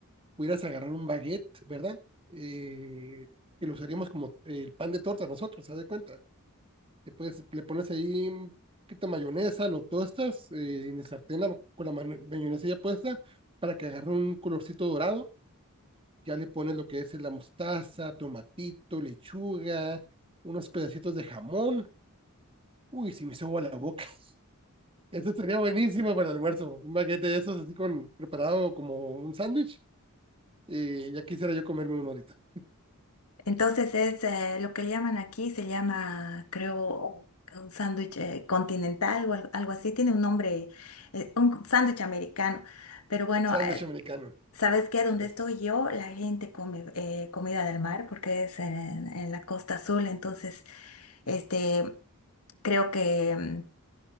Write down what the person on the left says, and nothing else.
Entonces es eh, lo que le llaman aquí, se llama, creo, un sándwich eh, continental o al- algo así, tiene un nombre, eh, un sándwich americano. Pero bueno,
eh,
¿sabes qué?
Donde
estoy yo, la gente come eh, comida del mar porque es en, en la costa azul, entonces, este, creo que... mm,